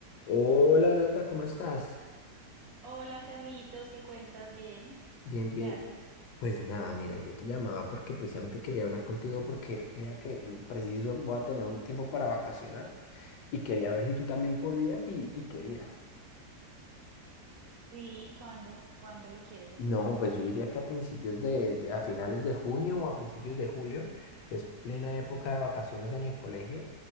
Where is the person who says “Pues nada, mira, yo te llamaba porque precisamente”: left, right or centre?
Left